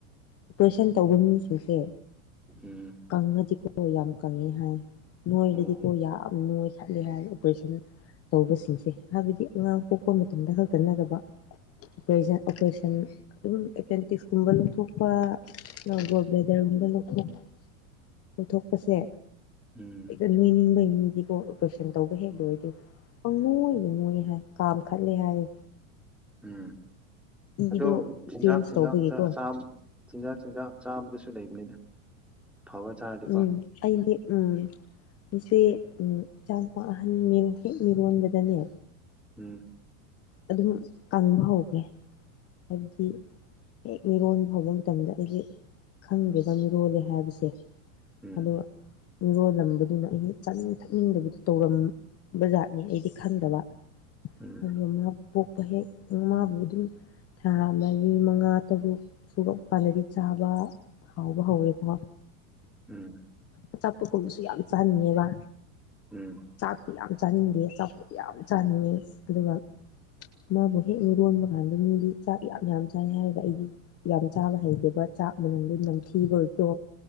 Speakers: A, on the left; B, in the centre.
A: ꯑꯣꯄꯔꯦꯁꯟ ꯇꯧꯕ ꯃꯤꯁꯤꯡꯁꯦ
B: ꯎꯝ
A: ꯀꯪꯉꯗꯤꯀꯣ ꯌꯥꯝ ꯀꯪꯉꯦ ꯍꯥꯏ ꯅꯣꯏꯔꯗꯤꯀꯣ
B: ꯑꯣ ꯑꯣ
A: ꯌꯥꯝ ꯅꯣꯢ ꯈꯠꯂꯦ ꯍꯥꯏ ꯑꯣꯄꯔꯦꯁꯟ ꯇꯧꯕꯁꯤꯡꯁꯦ ꯍꯥꯏꯕꯗꯤ ꯑꯉꯥꯡ ꯄꯣꯛꯄ ꯃꯇꯝꯗ ꯈꯛꯇ ꯅꯠꯇꯕ ꯑꯣꯄꯔꯦꯁꯟ ꯑꯣꯄꯔꯦꯁꯟ ꯑꯗꯨꯝ ꯑꯦꯄꯦꯟꯗꯤꯛꯁꯒꯨꯝꯕ ꯂꯧꯊꯣꯛ ꯍꯣꯢ ꯒꯣꯜꯕ꯭ꯂꯦꯗꯔꯒꯨꯝꯕ ꯂꯧꯊꯣꯛ ꯂꯧꯊꯣꯛꯄꯁꯦ
B: ꯎꯝ
A: ꯍꯦꯛꯇ ꯅꯣꯏꯅꯤꯡꯕꯩ ꯃꯤꯗꯤꯀꯣ ꯑꯣꯄꯔꯣꯏꯁꯟ ꯇꯧꯕ ꯍꯦꯛ ꯂꯣꯏꯔꯗꯤ ꯄꯪ ꯅꯣꯏꯗ ꯅꯣꯏ ꯍꯥꯏ ꯀꯥꯝ ꯈꯜꯂꯦ ꯍꯥꯏꯌꯦ
B: ꯎꯝ ꯑꯗꯣ
A: ꯏꯗꯣ
B: ꯆꯤꯟꯖꯥꯛ
A: ꯆꯦꯟꯖ
B: ꯆꯤꯟꯖꯥꯛꯇ
A: ꯇꯧꯕꯒꯤꯀꯣ
B: ꯆꯥꯕꯗꯣ ꯆꯤꯟꯖꯥꯛ ꯆꯤꯟꯖꯥꯛ ꯆꯥꯕꯗꯁꯨ ꯂꯩꯕꯅꯤꯅ ꯐꯕ ꯆꯥꯔꯗꯤꯀꯣ
A: ꯎꯝ ꯑꯩꯗꯤ ꯎꯝ ꯑꯩꯁꯦ ꯏꯆꯥ ꯅꯨꯨꯄꯥ ꯑꯍꯟ ꯃꯤ ꯍꯦꯛ ꯃꯤꯔꯣꯟꯕꯗꯅꯦ
B: ꯎꯝ
A: ꯑꯗꯨꯝ ꯀꯪꯕ ꯍꯧꯒꯦ ꯍꯥꯏꯕꯗꯤ ꯍꯦꯛ ꯃꯤꯔꯣꯟꯕ ꯍꯧꯕ ꯃꯇꯝꯗ ꯑꯩꯁꯦ ꯈꯪꯗꯦꯕꯥ ꯑꯩꯗꯤ ꯃꯤꯔꯣꯜꯂꯦ ꯍꯥꯏꯕꯁꯦ
B: ꯎꯝ
A: ꯑꯗꯣ ꯃꯤꯔꯣꯜꯂꯝꯕꯗꯨꯅ ꯑꯩꯅ ꯆꯥꯅꯤꯡ ꯊꯛꯅꯤꯡꯗꯕꯗꯨ ꯇꯧꯔꯝꯕ ꯖꯥꯠꯅꯤ ꯑꯩꯗꯤ ꯈꯪꯗꯕ
B: ꯎꯝ
A: ꯑꯗꯨꯒ ꯃꯥ ꯄꯣꯛꯄ ꯍꯦꯛ ꯃꯥꯕꯨ꫰ꯑꯗꯨꯝ ꯊꯥ ꯃꯔꯤ ꯃꯉꯥ ꯇꯔꯨꯛ ꯁꯨꯔꯛ ꯄꯥꯗꯤ ꯆꯥꯕ ꯍꯥꯎꯕ ꯍꯧꯋꯦꯀꯣ
B: ꯎꯝ
A: ꯑꯆꯥꯄꯣꯠ ꯀꯨꯝꯕꯁꯨ ꯌꯥꯝ ꯆꯥꯅꯤꯡꯉꯦꯕ
B: ꯎꯝ
A: ꯆꯥꯛꯇꯨ ꯌꯥꯝ ꯆꯥꯅꯤꯡꯗꯦ ꯆꯥꯄꯣꯠ ꯇꯨ ꯌꯥꯝ ꯆꯥꯅꯤꯡꯉꯦ ꯑꯗꯨꯒ ꯃꯥꯕꯨ ꯍꯦꯛ ꯃꯤꯔꯣꯟꯕ ꯀꯥꯟꯗ ꯃꯤꯗꯤ ꯆꯥꯛ ꯌꯥꯝ ꯌꯥꯝ ꯆꯥꯏ ꯍꯥꯏꯔꯒ ꯑꯩꯗꯤ ꯌꯥꯝ ꯆꯥꯕ ꯍꯩꯇꯦꯕ ꯆꯥꯛ ꯃꯅꯝꯗꯨ ꯅꯝꯊꯤꯕꯣꯏ ꯇꯣ